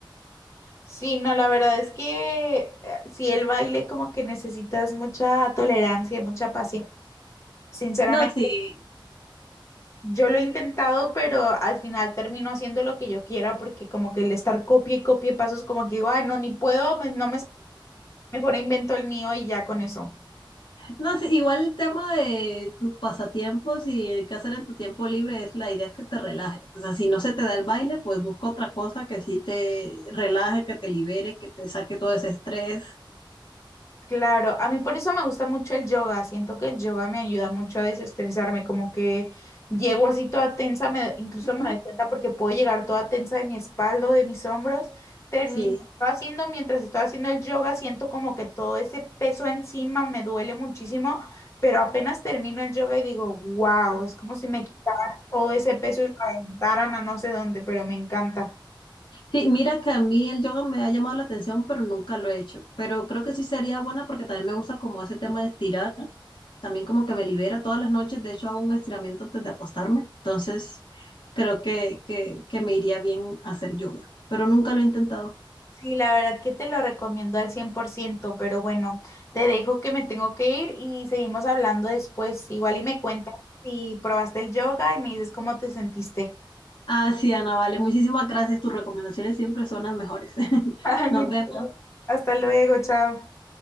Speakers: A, on the left (about 35°); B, on the left (about 65°).
A: Sí, no, la verdad es que eh, sí, el baile como que necesitas mucha tolerancia y mucha paciencia. Sinceramente,
B: No, sí.
A: yo lo he intentado, pero al final termino haciendo lo que yo quiera porque como que el estar copie y copie pasos como que digo, ay, no, ni puedo, me- no me, mejor invento el mío y ya con eso.
B: No, sí, igual el tema de tus pasatiempos y el qué hacer en tu tiempo libre es la idea es que te relajes. O sea, si no se te da el baile, pues busca otra cosa que sí te relaje, que te libere, que te saque todo ese estrés.
A: Claro, a mí por eso me gusta mucho el yoga. Siento que el yoga me ayuda mucho a desestresarme, como que llego así toda tensa, me, incluso
B: Ujú.
A: me doy cuenta porque puedo llegar toda tensa de mi espalda, de mis hombros. Termino
B: Sí.
A: haciendo, mientras estoy haciendo el yoga, siento como que todo ese peso encima me duele muchísimo, pero apenas termino el yoga y digo, wow, es como si me quitaran todo ese peso y lo aventaran a no sé dónde, pero me encanta.
B: Sí, mira que a mí el yoga me ha llamado la atención, pero nunca lo he hecho. Pero creo que sí sería buena porque también me gusta como ese tema de estirar. También como que me libera todas las noches. De hecho, hago un estiramiento antes de acostarme. Entonces, creo que, que, que me iría bien hacer yoga. Pero nunca lo he intentado.
A: Sí, la verdad que te lo recomiendo al 100%, pero bueno, te dejo que me tengo que ir y seguimos hablando después. Igual y me cuentas si probaste el yoga y me dices cómo te sentiste.
B: Ah, sí, Ana, vale. Muchísimas gracias. Tus recomendaciones siempre son las mejores. <laughs>
A: <laughs> Ay, muchas
B: Nos vemos.
A: gracias. Hasta luego, chao.